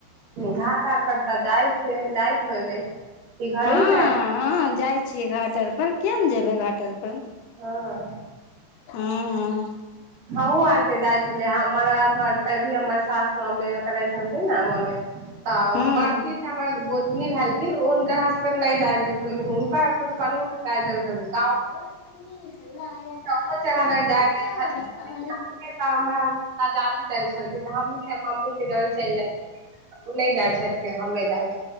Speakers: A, on the right (about 45°); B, on the left (about 75°).
A: घाट -आर पर तऽ जाइ छियै, जाइत होयबै कि घरही
B: हँ
A: भए
B: हँ जाइ छीयै घाट-आर पर। किया नै जेबै घाट आर पर?
A: हँ
B: <unintelligible>
A: हमहु आर के जाइ छेलिया। हमरा घर तर भी हमर सास मम्मी करै छेलखिन ने मम्मी तऽ
B: हूं
A: बड़की त हमर गोतनी भेल खिन हुनका हसबैंड नै जाय दय छेलखिन, हुनका हसबैंड कनहु न जाय दय छेलखिन।
B: <inaudible>
A: चौको चरहा नहि जाय दै छलखिन तऽ हमर <unintelligible> आजादी दैय छेलखिन तऽ हमहु ने मम्मी के जोरे चलि जाय ओ नैय जाइ छेलखिन हमे जाइ